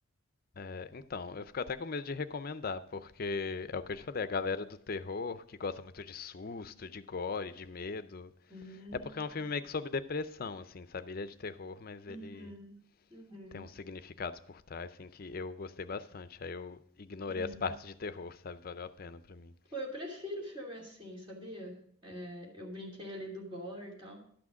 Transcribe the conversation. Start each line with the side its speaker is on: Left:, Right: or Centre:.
Left: É, então, eu fico até com medo de recomendar, porque é o que eu te falei, a galera do terror que gosta muito de susto, de gore, de medo.
Right: Hum,
Left: É porque é um filme meio que sobre depressão, assim, sabe? Ele é de terror, mas
Right: uhum,
Left: ele
Right: uhum,
Left: tem uns significados por trás, assim, que eu gostei bastante. Aí eu ignorei
Right: uhum.
Left: as partes de terror, sabe? Valeu a pena pra mim.
Right: Pô, eu prefiro filme assim, sabia? É, eu brinquei ali do gore e tal,